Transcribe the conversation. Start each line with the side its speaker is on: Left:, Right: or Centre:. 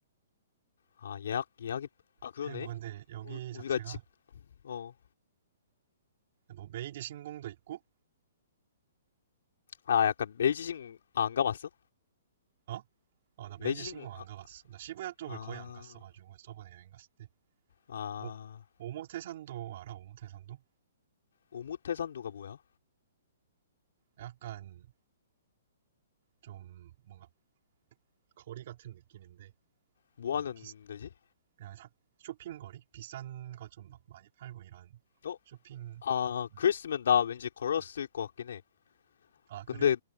Left: 아 예약 예약이 아 그러네.
Right: 그래, 뭐, 근데 여기
Left: 우, 우리가
Right: 자체가,
Left: 찍어 아
Right: 뭐, 메이지 신공도 있고,
Left: 약간 메이지 신궁 아, 안 가봤어?
Right: 어? 어, 나 메이지
Left: 메이지
Right: 신공
Left: 신궁
Right: 안
Left: 아,
Right: 가봤어. 나 시부야 쪽을
Left: 아,
Right: 거의 안 갔어가지고, 저번에 여행 갔을 때.
Left: 아
Right: 오, 오모테산도 알아? 오모테산도?
Left: 오모테산도가 뭐야?
Right: 약간, 좀, 뭔가, 거리 같은 느낌인데,
Left: 뭐
Right: 뭔가
Left: 하는
Right: 비,
Left: 데지?
Right: 그냥 사- 쇼핑거리? 비싼 거 좀 막 많이 팔고 이런
Left: 어?
Right: 쇼핑,
Left: 아,
Right: 음,
Left: 그랬으면 나 왠지 걸었을
Right: 음.
Left: 것 같긴 해.
Right: 아,
Left: 근데
Right: 그래?